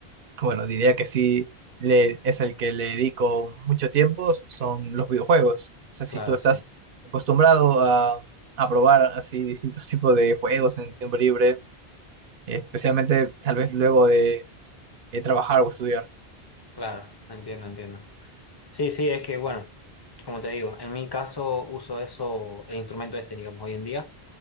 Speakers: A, on the right; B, on the left.
A: Bueno, diría que sí le, es el que le dedico mucho tiempo, son los videojuegos. O sea,
B: claro,
A: si tú estás
B: sí,
A: acostumbrado a, a probar así distintos <laughs> tipos de juegos en tiempo libre, eh, especialmente tal vez luego de, de trabajar o estudiar.
B: claro. Entiendo, entiendo. Sí, sí, es que bueno, como te digo, en mi caso uso eso, el instrumento este, digamos, hoy en día,